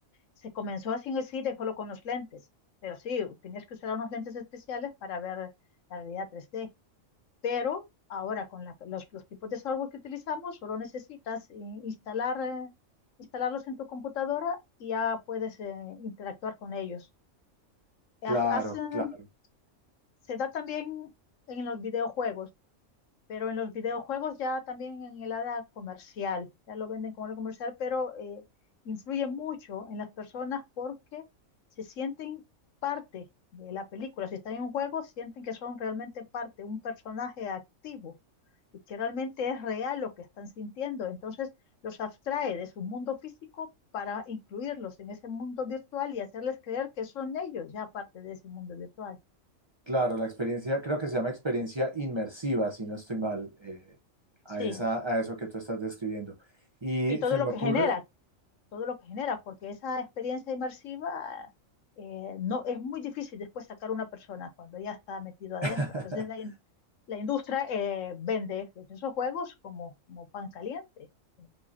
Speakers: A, on the left; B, on the right.
A: Se comenzó así en el cine solo con los lentes, pero sí, tenías que usar unos lentes especiales para ver la realidad 3D. Pero ahora con la- los, los tipos de software que utilizamos, solo necesitas eh, instalar, eh, instalarlos en tu computadora y ya puedes eh, interactuar con ellos.
B: claro,
A: Haz- hacen-
B: claro,
A: se da también en los videojuegos, pero en los videojuegos ya también en el área comercial, ya lo venden como área comercial, pero eh, influye mucho en las personas porque se sienten parte de la película. Si están en un juego, sienten que son realmente parte, un personaje activo y que realmente es real lo que están sintiendo. Entonces los abstrae de su mundo físico para incluirlos en ese mundo virtual y hacerles creer que son ellos ya parte de ese mundo virtual.
B: claro. La experiencia, creo que se llama experiencia inmersiva, si no estoy mal, eh, a
A: Sí,
B: esa, a eso que tú estás describiendo. Y
A: y todo
B: se
A: lo
B: me
A: que
B: ocurre...
A: genera, todo lo que genera, porque esa experiencia inmersiva eh, no es muy difícil después sacar a una persona cuando ya está metido adentro.
B: <laughs>
A: Entonces la, in- la industria eh, vende, vende esos juegos como, como pan caliente. Eh,